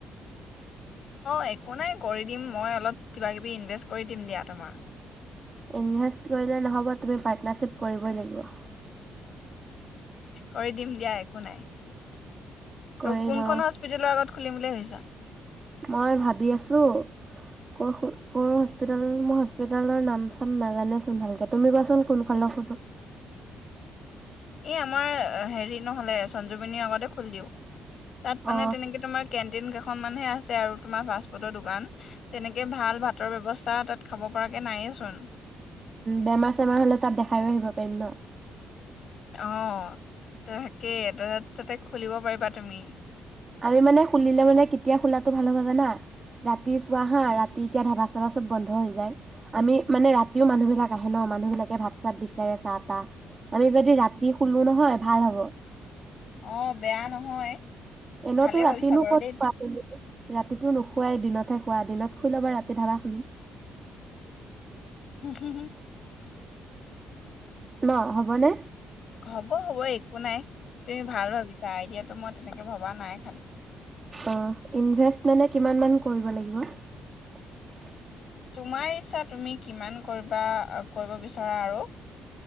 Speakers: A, on the left; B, on the right.
A: অ'একো নাই, কৰি দিম। মই অলপ, কিবা কিবি ইনভেষ্ট কৰি দিম, দিয়া তোমাৰ।
B: ইনভেষ্ট কৰিলে নহ'ব, তুমি পাৰ্টনাৰশ্বিপ কৰিবই লাগিব।
A: কৰি দিম দিয়া, একো নাই। ত'
B: কৰিম
A: কোনখন
B: অ,
A: হস্পিতেলৰ আগত খুলিম বুলি ভাবিছা।
B: মই ভাবি আছো, ক'ৰ হস্পিতাল মই হস্পিতালৰ নাম চাম নাজানোচোন, ভালকে তুমি, কোৱাচোন কোনফালৰ ফটো।
A: এই আমাৰ হেৰি, নহ'লে সঞ্জিৱনীৰ আগতে খুলি দিও। তাত মানে,
B: অ,
A: তেনেকে তোমাৰ কে দিম কেইখনমানহে আছে। আছে আৰু তোমাৰ ফাষ্টফুডৰ দোকান। তেনেকে ভাল ভাতৰ ব্যৱস্থা, তাত খাব পৰাকে নায়েইচোন!
B: বেমাৰ চেমাৰ হ'লে, তাত, দেখায়ো আহিব পাৰিম ন!
A: অ' তাকেই তা, তাতে খুলিব পাৰিবা তুমি।
B: আমি মানে, খুলিলে মানে কেতিয়া, খোলাটো ভাল হ'ব জানা! ৰাতি চুৱা হা ৰাত ৰাতি এতিয়া ধাবা চাবা চব বন্ধ হৈ যায়, আমি মানে ৰাতিও মানুহবিলাক আহে ন মানুহবিলাকে ভাত চাত বিচাৰে চাহ তাহ আমি যদি ৰাতি শুলো নহয় ভাল হ'ব।
A: অ ', বেয়া নহয়।
B: এনেতো
A: ভালে
B: ৰাতিনো
A: ভাবিছা বাৰু
B: ক'ত
A: দেই তুমি।
B: পা ৰাতিটো নোখুৱাই দিনতহে খোৱা দিনত খুই ল'বা ৰাতি ধাবা শুলিম।
A: হুম -হুম
B: ন হ'বনে।
A: হ'ব - হব একো নাই তুমি ভাল ভাবিছা আই ডিয়া টো মই তেনেকে ভবা নাই খালী।
B: অ', ইনভেষ্ট মানে কিমান মান কৰিব লাগিব।
A: তোমাৰ ইচ্ছা তুমি কিমান কৰিবা কৰিব বিচৰা আৰু।